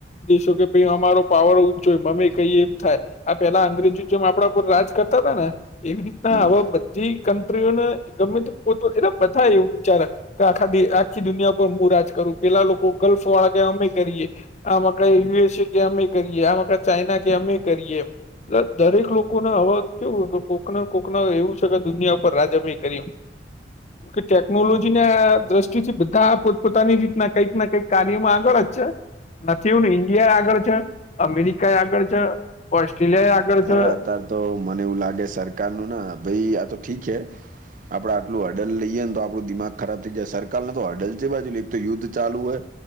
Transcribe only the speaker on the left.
દેશો કે ભમા પાવર ઊંચ મમે કઈ એમ થાય આ પેલા અંગ્રેજો જેમ આપણા પર રાજ કરતા હતા, ને એવી રીતના
આવા બધી કન્ટ્રીઓને ગમે પોતે એ બધા એવું વિચાર આખા આખી દુનિયા પર હુ રાજ કરુ પેલા લોકો ગલ્ફ વાળા અમે કરીએ આમાં ક યુએસએ કે અમે કરીએ આમાં ચાઈઇના કે અમે કરીએ દરેક લોકોને હવા કેવું કે કોકના કોકના એવું છે, કે દુનિયા ઉપર રાજભય કરી હ કે ટેકનોલોજી ના દ્રષ્ટિથી બધા પોતપોતાની રીતના કઈક ના કંઈક કાર્યમાં આગળ જ છે. નથી એું ને ઈન્ડિયા એ આગળ છે, અમેરિકા એ આગળ છે ઓસ્ટ્રેલિયા એ આગળ
છે.